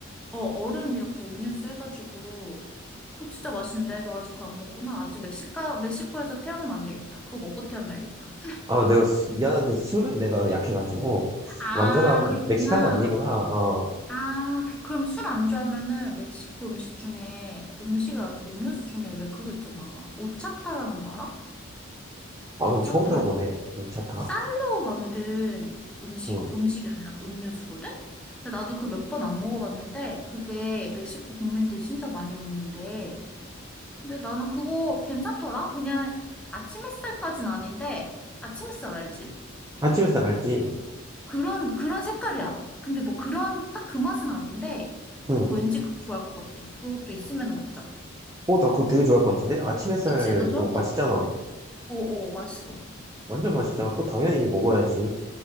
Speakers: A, in the centre; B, on the right (about 15°).
A: 어, 얼음 이렇게 음료수 해가지고, 그거 진짜 맛있는데, 너 아직 그거 안 먹구나. 아직 멕시카, 멕시코에서 태어나면 안 되겠다. 그거 먹고 태어나야겠다.
B: 아, 내가 수- 미안한데 술은 내가 약해가지고
A: 아,
B: 완전한
A: 그렇구나.
B: 멕시칸은 아니구나. 어,
A: 아, 그럼 술 안 좋아하면은 멕시코 음식 중에, 음식 아니고 음료수 중에 왜 그거 있잖아. 오차타라는 거 알아?
B: 아
A: 오차타.
B: 처음 들어보네. 괜 타. 다
A: 쌀로 만든 음식,
B: 응.
A: 음식이 아니라 음료수거든? 근데 나도 그 몇 번 안 먹어봤는데, 그게 멕시코 국민들이 진짜 많이 먹는데, 근데 나는 그거 괜찮더라? 그냥 아침 햇살까진 아닌데, 아침 햇살 알지?
B: 아침 햇살 알지?
A: 그런, 그런 색깔이야. 근데 뭐 그런, 딱 그 맛은 아닌데,
B: 응.
A: 너 왠지 그거 좋아할 것 같아. 그것도 있으면 먹자.
B: 어, 나 그거 되게 좋아할 것 같은데? 아침 햇살
A: 그치? 너 좋아할
B: 뭐
A: 것
B: 맛있잖아.
A: 같아. 어어, 맛있어.
B: 완전 맛있잖아. 그거 당연히 먹어야지.